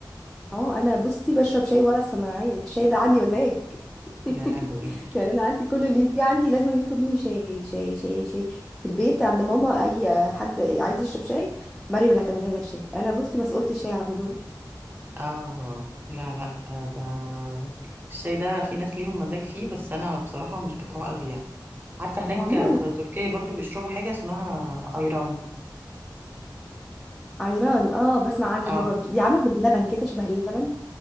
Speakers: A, in the centre; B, on the right.
A: اه انا بصي بشرب شاي ولا الصناعيه الشاي ده عندي مزاج <laughs>
B: يا لهوي
A: يعني انا عندي كل اللي يجي عندي لازم يطلب مني شاي شاي شاي شاي في البيت عند ماما اي حد عايز يشرب شاي مريم اللي هتعمل لنا الشاي انا بصي مسؤولة الشاي عندهم
B: اه لا لا آه، ده الشاي ده في ناس ليهم مزاج فيه بس انا بصراحه مش بتوعه قوي يعني عارفه هناك
A: وعموما
B: في تركيا برضو بيشربوا حاجه اسمها ايران
A: عيران اه بسمع عنها
B: اه
A: دي برضو دي عامله زي اللبن كده شبه اللبن